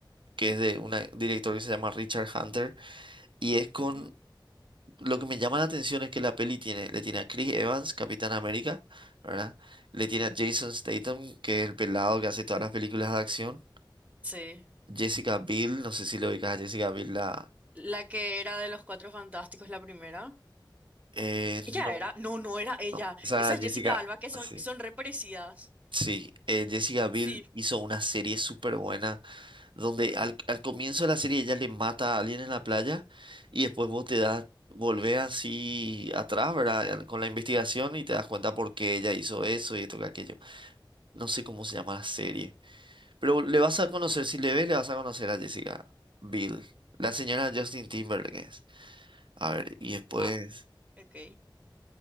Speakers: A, on the right; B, on the right.
A: que es de un director que se llama Richard Hunter, y es con
B: Ujú.
A: Lo que me llama la atención es que la peli tiene, le tiene a Chris Evans, Capitán América, ¿verdad? Le tiene a Jason Statham, que es el pelado que hace todas las películas de acción.
B: Sí.
A: Jessica Biel, no sé si lo ubicas a Jessica Biel, la...
B: La que era de los Cuatro Fantásticos, la primera.
A: Eh,
B: ¿Ella
A: no,
B: era? No, no era ella.
A: no. Esa
B: Esa
A: Jessica...
B: es Jessica Alba, que son,
A: Sí.
B: son re parecidas.
A: Sí, eh, Jessica Biel
B: Sí.
A: hizo una serie súper buena, donde al, al comienzo de la serie ella le mata a alguien en la playa y después vos te das, volvés así atrás, ¿verdad? Al- Con la investigación y te das cuenta por qué ella hizo eso y esto que aquello. No sé cómo se llama la serie. Pero le vas a conocer, si le ves, le vas a conocer a Jessica Biel. La señora Justin Timberlake es. A ver, y después.
B: Ah, ok.